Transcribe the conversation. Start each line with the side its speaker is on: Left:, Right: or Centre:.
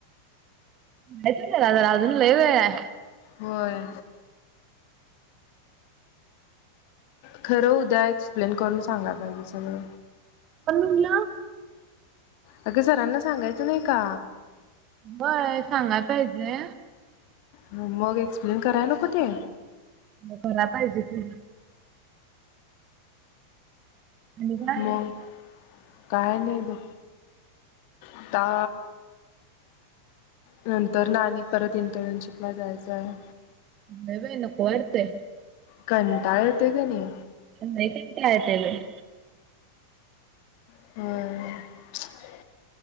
Right: येतेय जरा-जरा अजून लई वेळ हाय
Left: होय खरं उद्या एक्सप्लेन करून सांगायला पाहिजे सगळ
Right: पण म्हणल
Left: अग सरांना सांगायच नाही का
Right: होय सांगायला पाहिजे
Left: मग एक्सप्लेन करायला नको ते
Right: होय करायला पाहिजे की आणि काय?
Left: मग काय नाही बघ आता नंतर न आणि परत इंटर्नशिप ला जायच हाय
Right: लय बाई नको वाटतंय.
Left: कंटाळ येतोय कणी
Right: लई कंटाळा येतोय बई
Left: होय